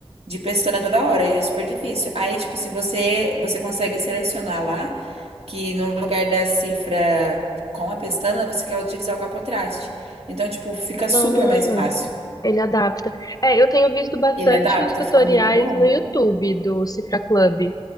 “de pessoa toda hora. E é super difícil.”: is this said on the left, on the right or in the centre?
Right